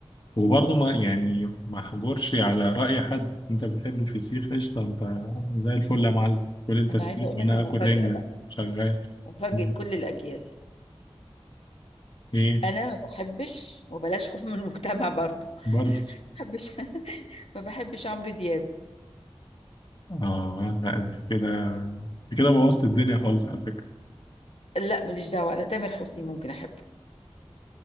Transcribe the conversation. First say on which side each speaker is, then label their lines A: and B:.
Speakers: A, on the left; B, on the left.
A: وبرضه ما يعني ما احجرش على رأي حد انت بتحب الفسيخ قشطة انت زي الفل يا معلم كل انت
B: انا
A: فسيخ
B: عايزة اقول
A: وانا
B: لك المفاجأة
A: اكل رنجة
B: بقى
A: شغال
B: مفاجأة
A: <laughs>
B: كل الاجيال
A: ايه
B: انا ما بحبش وبلاش خوف من المجتمع برضو
A: برضه
B: ما بحبش <laughs> ما بحبش عمرو دياب
A: اه لا انت كده انت كده بوظت الدنيا خالص على فكرة
B: لا ماليش دعوة انا تامر حسني ممكن احبه